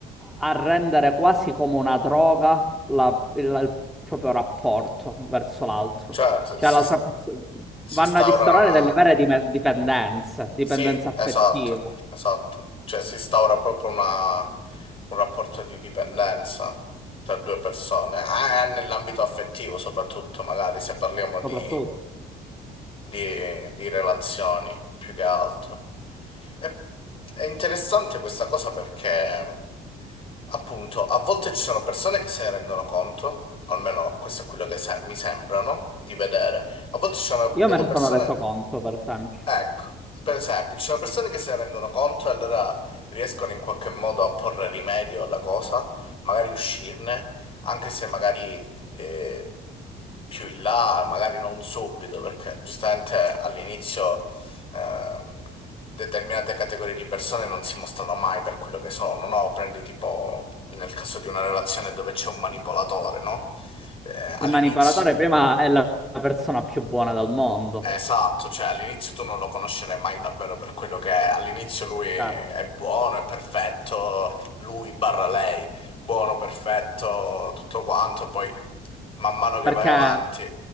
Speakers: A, in the centre; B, on the left.
A: a rendere quasi come una droga la- il, il proprio rapporto verso l'altro.
B: Certo,
A: Cioè,
B: si,
A: l'altra persona...
B: si
A: Vanno
B: instaura
A: ad instaurare
B: una,
A: delle vere dime- dipendenze, dipendenza
B: sì,
A: affettiva,
B: esatto, esatto. Cioè si instaura proprio una- un rapporto di dipendenza tra due persone, ah, e nell'ambito affettivo soprattutto, magari se parliamo di,
A: soprattutto.
B: di- di relazioni più che altro. E- è interessante questa cosa perché, appunto, a volte ci sono persone che se ne rendono conto, almeno questo è quello che se- mi sembrano di vedere, a volte ci sono
A: Io
B: delle
A: me ne
B: persone
A: sono reso conto, per esempio.
B: Ecco, per esempio, ci sono persone che se ne rendono conto e allora riescono in qualche modo a porre rimedio alla cosa, magari uscirne, anche se magari eh, più in là, magari non subito, perché giustamente all'inizio ehm, determinate categorie di persone non si mostrano mai per quello che sono, no? Prendi tipo nel caso di una relazione dove c'è un manipolatore, no? Eh,
A: Il
B: all'inizio.
A: manipolatore prima è la la persona più buona del mondo,
B: Esatto, cioè all'inizio tu non lo conoscerai mai davvero per quello che è. All'inizio lui è
A: cioè,
B: buono, è perfetto, lui barra lei, buono, perfetto, tutto quanto, poi man mano che
A: perché
B: vai avanti,